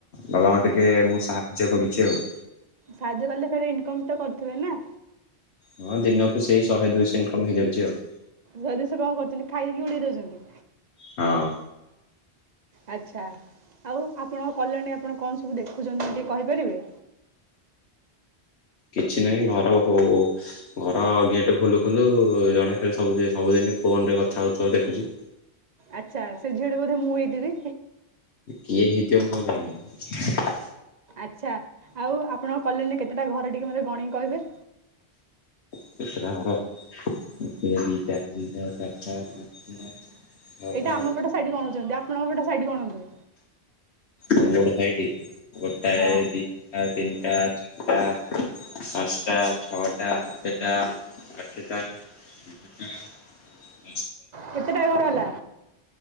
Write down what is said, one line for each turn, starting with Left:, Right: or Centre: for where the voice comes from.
Left: ବାବା ଙ୍କୁ ଟିକେ ମୁଁ ସାହାଯ୍ୟ କରୁଛି ଆଉ।
Right: ସାହାଯ୍ୟ କାଲି ଫରେ ଇନକମ୍ ତ କରୁଥିବେ ନା।
Left: ହଁ ଦିନକୁ ସେଇ ଶହେ ଦୁଇଶହ ଇନକମ୍ ହେଇଯାଉଛି ଆଉ।
Right: ଶହେ ଦୁଇଶ ଟଙ୍କା କଣ କରୁଛନ୍ତି? ଖାଇକି ଉଡେଇ ଦଉଛନ୍ତି।
Left: ହଁ।
Right: ଆଚ୍ଛା, ଆଉ ଆପଣଙ୍କ କଲଣୀ ଆପଣ କଣ ସବୁ ଦେଖୁଛନ୍ତି, ଟିକେ କହିପାରିବେ?
Left: କିଛି ନହିଁ ଘର ଓ-ହୋ-ଓ ଘର ଗେଟ ଖୋଲୁ ଖୋଲୁ ଜଣେ ଖାଲି ସବୁ ଦିନେ ସବୁ ସବୁଦିନ। ଫୋନରେ କଥା ହେଉଥିବ ଦେଖୁଛି।
Right: ଆଚ୍ଛା ସେ ଝିଅ ଟା ବୋଧେ ମୁଁ ହେଇଥିବି।
Left: କିଏ ହେଇଥିବ ମୁଁ ଆଉ ଜାଣିନି।
Right: ଆଛା ଆଉ ଆପଣ ଙ୍କ କଲେନୀ ରେ କେତେଟା ଘର ଟିକେ ମତେ ଗଣିକି କହିବେ।
Left: କେତେଟା ଘର ଗୋଟେ ଦିଟା ତିନିଟା ଚାରିଟା। ପାଞ୍ଚଟା
Right: ଏଇଟା
Left: ଛଅଟା
Right: ଆମ ପଟ ସାଇଟ୍ ଗଣୁଛନ୍ତି ଆପଣଙ୍କ ପଟ ସାଇଟ୍ ଗଣନ୍ତୁ।
Left: ଆମ ପଟ ସାଇଟ୍ ଗୋଟାଏ
Right: ହଁ
Left: ଦିଟା। ତିନିଟା ଚାରିଟା। ପାଞ୍ଚଟା ଛଅଟା ସାତେଟା ଆଠେଟା। ତିନି ଟା।
Right: କେତେଟା ଘର ହେଲା